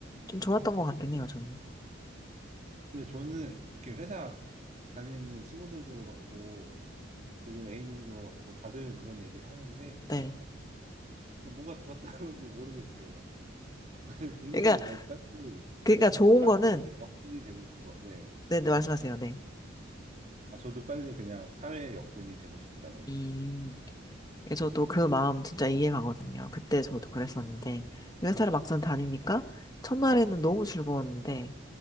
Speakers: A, on the left; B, on the right.
A: 좀 좋았던 것 같긴 해요, 저는.
B: 근데 저는 이렇게 회사 다니는 친구들도 그렇고, 지금 A님도 그렇고 다들 그런 얘기를 하는데
A: 네.
B: 뭐가 좋았다는 건지 모르겠어요. <laughs> 힘들어요.
A: 그러니까,
B: 나 빨리
A: 그러니까 좋은
B: 사회의
A: 거는,
B: 역군이 되고 싶어. 네.
A: 네, 네, 말씀하세요, 네.
B: 아, 저도 빨리 그냥 사회의 역군이 되고 싶다고요.
A: 음, 예, 저도 그 마음 진짜 이해가거든요. 그때 저도 그랬었는데,
B: 네.
A: 회사를 막상 다니니까, 첫날에는 너무 즐거웠는데,